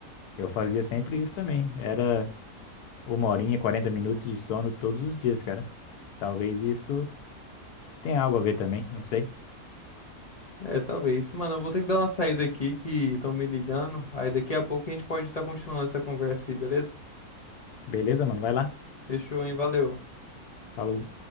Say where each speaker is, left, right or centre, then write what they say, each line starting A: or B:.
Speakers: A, on the left; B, on the left.
A: Eu fazia sempre isso também. Era uma horinha, 40 minutos de sono todos os dias, cara. Talvez isso, isso tenha algo a ver também, não sei.
B: É, talvez. Mano, eu vou ter que dar uma saída aqui que estão me ligando. Aí daqui a pouco a gente pode estar continuando essa conversa aí, beleza?
A: Beleza, mano? Vai lá.
B: Fechou, hein? Valeu.
A: Falou.